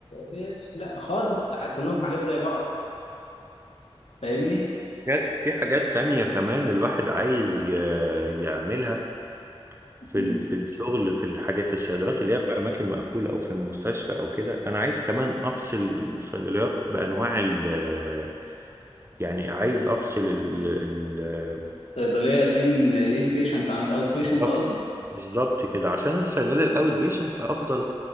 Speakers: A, on the left; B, on the right.
A: ب... لا خالص ح- كلهم حاجات زي بعض فاهمني
B: حاجات- في حاجات تانية كمان الواحد عايز ي- يعملها في
A: امم
B: ال- في الشغل في الحاجه في الصيدليات اللي هي في اماكن مقفوله او في المستشفى او كده انا عايز كمان افصل الصيدليات بانواع ال يعني عايز افصل ال ال
A: الصيدليه الان الان بيشنت عن الاوت بيشنت
B: بالظبط
A: قصدك
B: بالظبط كده عشان أنا الصيدليه الاوت بيشنت افضل